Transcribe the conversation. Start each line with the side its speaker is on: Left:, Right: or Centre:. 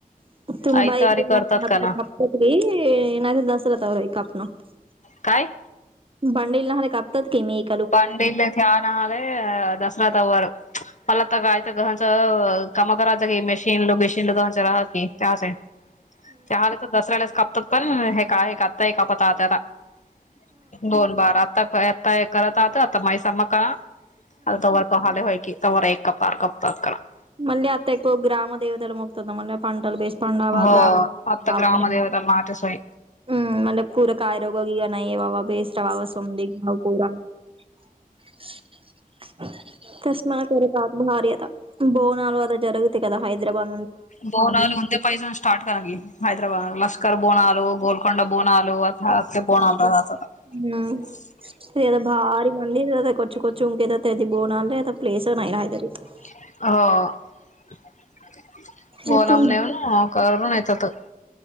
Right: <unintelligible>
Left: आयतवारी करतात का ना काय?
Right: <unintelligible>
Left: <unintelligible> मला तर काय तर घहांचं. कामं करायच गे मशीन, लोगेशिन लगणचं राहाती. <unintelligible> <unintelligible> <unintelligible>
Right: <unintelligible>
Left: हो
Right: <unintelligible>
Left: आता ग्रामदेवताला नाटेसोय
Right: <unintelligible> <unintelligible> <unintelligible> तीकाला हैदराबाद.
Left: <unintelligible> <unintelligible>
Right: हम्म <unintelligible>
Left: <unintelligible>
Right: येथून